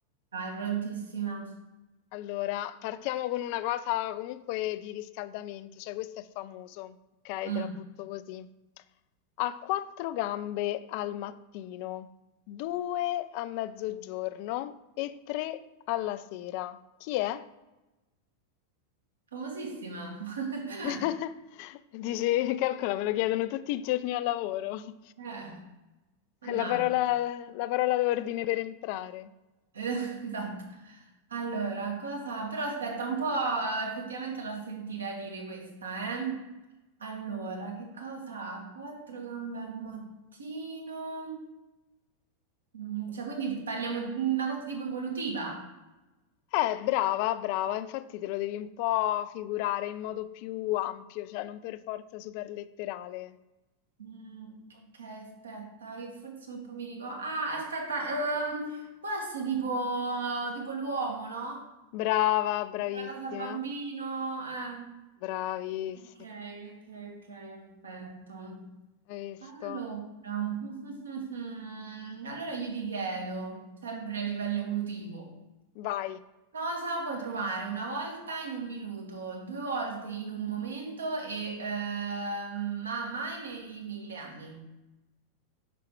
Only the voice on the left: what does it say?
Allora, partiamo con una cosa comunque di riscaldamento, cioè questo è famoso, ok?
Te la butto così. Ha quattro gambe al mattino, due a mezzogiorno e tre alla sera. Chi è?
<laughs> Dici, calcola, me lo chiedono tutti i giorni al lavoro. <laughs>
È la parola, la parola d'ordine per entrare.
Eh, brava, brava, infatti te lo devi un po' figurare in modo più ampio, cioè non per forza super letterale.
Brava, bravissima,
bravissima.
Hai visto?
Vai.